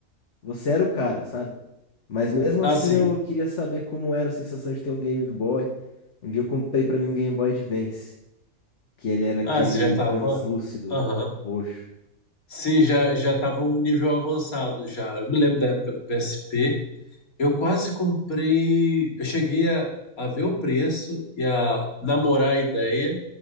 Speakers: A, on the left (about 55°); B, on the left (about 80°).
A: você era o cara, sabe? Mas mesmo
B: Assim,
A: assim, eu queria saber como era a sensação de ter um Game Boy. Um dia eu comprei pra mim um Game Boy Advance. que ele era
B: ah,
A: aquele
B: você já tava?
A: translúcido
B: Aham.
A: roxo.
B: Sim, já já estava um nível avançado já. Eu me lembro da época do PSP. Eu quase comprei. Eu cheguei a, a ver o preço e a namorar a ideia